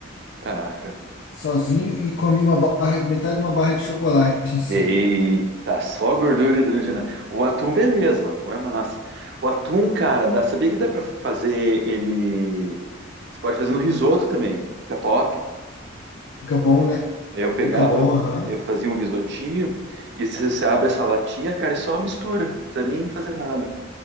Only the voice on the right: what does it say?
Caraca.
Eita, só gordura hidrogenada. O atum, beleza, o atum é massa. O atum, cara, dá, sabia que dá pra fazer ele. Você pode fazer no risoto também, fica top.
Eu pegava,
eu fazia um risotinho, e você, você abre essa latinha, cara, e só mistura, não precisa nem fazer nada.